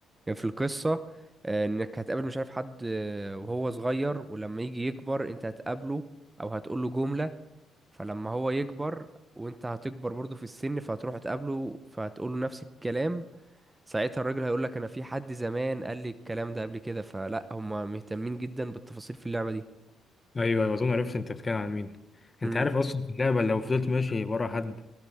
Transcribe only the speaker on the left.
ايوه ايوه اظن عرفت انت بتتكلم عن مين
انت عارف اصلا في اللعبة لو فضلت ماشي ورا حد